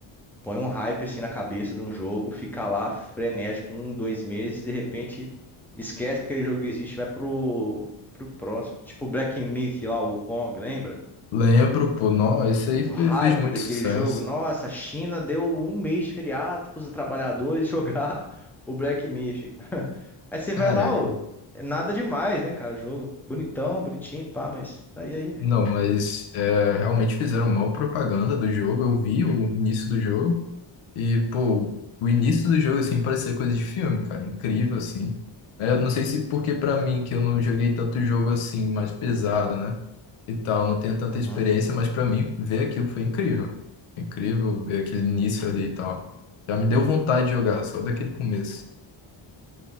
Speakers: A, in the centre; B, on the left (about 80°).
A: põem um hype assim na cabeça de um jogo, fica lá frenético um, dois meses, de repente esquece que aquele jogo existe, e vai pro, pro próximo. Tipo o Black Myth lá, o Kong, lembra?
B: Lembro, pô, nossa, esse aí fe-
A: O hype
B: fez muito
A: daquele
B: sucesso.
A: jogo, nossa, a China deu um mês de feriado pros trabalhadores jogar <laughs> o Black Myth. <laughs> Aí você
B: Caraca,
A: vai lá, ó, nada demais, né, cara, o jogo. Bonitão, bonitinho, pá, mas tá aí aí, velho.
B: não, mas é, realmente fizeram mal propaganda do jogo. Eu vi o início do jogo. E, pô, o início do jogo, assim, parecia coisa de filme, cara. Incrível, assim. É, eu não sei se porque pra mim, que eu não joguei tanto jogo assim, mais pesado, né? E tal, não tenho tanta
A: Uhum.
B: experiência, mas pra mim, ver aquilo foi incrível. Incrível ver aquele início ali e tal. Já me deu vontade de jogar, só daquele começo.